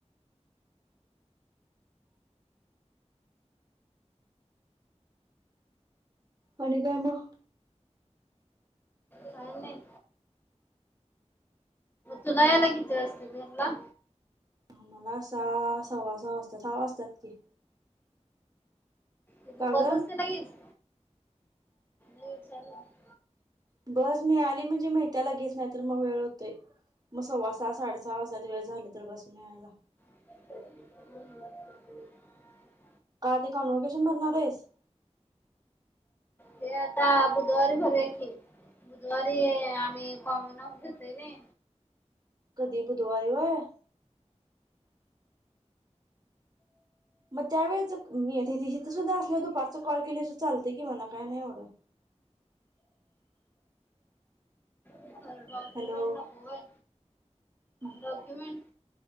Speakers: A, on the right; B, on the left.
A: आणि काय मग?
B: काय नाही. तुला यायला किती वाजतात घरला?
A: ह मला सहा, सव्वा सहा वाजत्यात. सहा वाजतात की.
B: तिथ
A: का
B: बस
A: ग
B: असते नाहीच. ते विचारलं?
A: बस मीळाली म्हणजे मिळतिया लगेच नाही तर मग वेळ होतोय. मग सव्वा सहा, साडेसहा वाजात्यात वेळ झाली तर बस मिळायला.
B: <inaudible>
A: का ते कॉन्वीकेशन भरणार हाईस?
B: ते अता बुधवारी भरूया की. बुधवारी आम्ही कॉमन वॉफ घेतोय नी.
A: कधी बुधवारी होय. मग त्यावेळेच मी येथे हिथं सुद्धा असल्यावर दुपारचं कॉल केलीसं तर चालतं की मला काय नाही एवढं.
B: डॉक्युमेंट
A: हॅलो.
B: नको व्हय
A: <inaudible>
B: डॉक्युमेंट